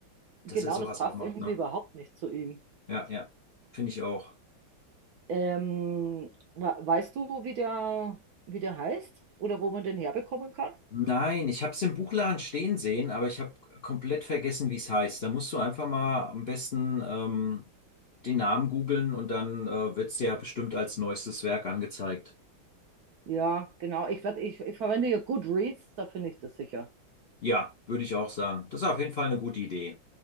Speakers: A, on the left (about 55°); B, on the right (about 65°).
A: dass
B: Genau,
A: er sowas
B: das passt
A: auch macht,
B: irgendwie
A: ne?
B: überhaupt nicht zu ihm.
A: ja, ja. Finde ich auch.
B: Ähm, we- weißt du, wie der, wie der heißt oder wo man den herbekommen kann?
A: Nein, ich habe es im Buchladen stehen sehen, aber ich habe komplett vergessen, wie es heißt. Da musst du einfach mal am besten ähm, den Namen googeln und dann äh, wird es dir ja bestimmt als neuestes Werk angezeigt.
B: Ja, genau. Ich, werd, ich, ich verwende hier Goodreads, da finde ich das sicher.
A: Ja, würde ich auch sagen. Das ist auf jeden Fall eine gute Idee.